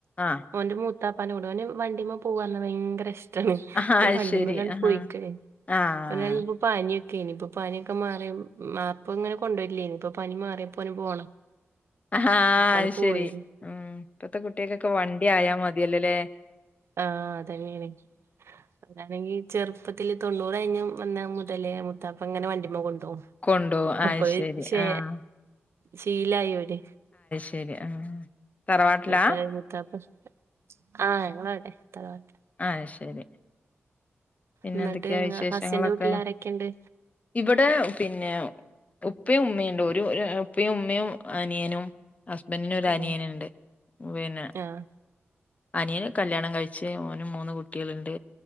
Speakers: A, on the left; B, on the right.
A: ആഹ്
B: ഓന്റെ മൂത്താപ്പാന്റെ കൂടെ ഓന് വണ്ടിമ്മ പോവ്വാ ഭയങ്കര ഇഷ്ടാണ്
A: ആഹ്
B: അപ്പൊ
A: അത്
B: വണ്ടിമലാണ്ട്
A: ശരി ആഹ്
B: പോയിക്ക്ണ്
A: ആഹ്
B: ഓ നായിപ്പം ഇപ്പ പനിയൊക്കെയായേനി ഇപ്പൊ പനിയൊക്കെ മാറിയപ്പം മാപ്പ് ഇങ്ങനെ കൊണ്ടോയിട്ടില്ലേനി ഇപ്പൊ പനി മാറിയപ്പം ഓന് പോണം
A: അഹാ
B: അപ്പണ്ട്
A: അത്
B: പോയി
A: ശരി ഉം ഇപ്പത്തെ കുട്ട്യാക്കൊക്കെ വണ്ടി ആയാ മതിയല്ലൊ ല്ലേ
B: ആഹ് അതന്നേണ് അതാണെങ്കി ചെറുപ്പത്തിൽ തെണ്ണൂറ് കഴിഞ്ഞു വന്ന മുതലേ മുത്താപ്പ ഇങ്ങനെ വണ്ടിമ്മ കൊണ്ട് പോവും ണ്ടോവും
A: കൊണ്ടോവും അത്
B: അപ്പോഴ്
A: ശരി
B: ശേ
A: ആഹ്
B: ശീലായോര്
A: ശെരി ആഹ് തറവാട്ടിലാ?
B: എപ്പ ഈ മുത്തപ്പ ആഹ് ഞങ്ങളവ്‌ടെ തറവാട്
A: അത് ശരി പിന്നെ
B: എന്നിട്ട്
A: എന്തൊക്കെയാ
B: ഇങ്ങ
A: വിശേഷങ്ങളൊക്കെ
B: ഹസ്സന്റെ വീട്ടിൽ ആരൊക്കെണ്ട്
A: ഇവിടെ പിന്നെ പിന്നെ ഉപ്പയും ഉമ്മയുണ്ട് ഒര് ഒര് ഉപ്പയും ഉമ്മയും അനിയനും ഹസ്ബന്റിന് ഒരു
B: ആഹ്
A: അനിയൻ ഇണ്ട് പിന്നെ
B: ആഹ്
A: അനിയന് കല്യാണം കഴിച്ച് ഓന് മൂന്ന് കുട്ടികള്ണ്ട്